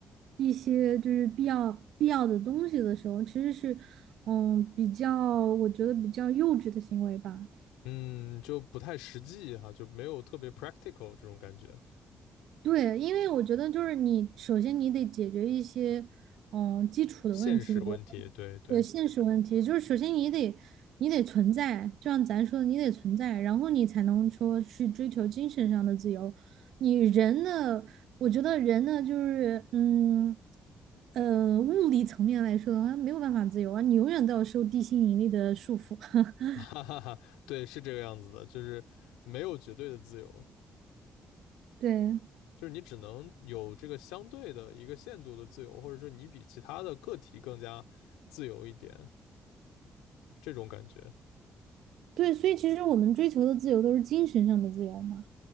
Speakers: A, on the right; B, on the left.
A: 一些就是必要必要的东西的时候，其实是，嗯，比较我觉得比较幼稚的行为吧。
B: 嗯，就不太实际哈，就没有特别 practical 这种感觉，
A: 对，因为我觉得就是你，首先你得解决一些，嗯，基础的问题，
B: 现实问题，
A: 就比如说
B: 对对。
A: 对现实问题，就是首先你得你得存在，就像咱说的，你得存在，然后你才能说去追求精神上的自由。你人的，我觉得人呢，就是，嗯，呃，物理层面来说的话，没有办法自由啊，你永远都要受地心引力的束缚。<laughs>
B: <laughs> 哈哈哈，对，是这个样子的，就是没有绝对的自由，
A: 对
B: 就是你只能有这个相对的一个限度的自由，或者说你比其他的个体更加自由一点，这种感觉。
A: 对，所以其实我们追求的自由都是精神上的自由嘛。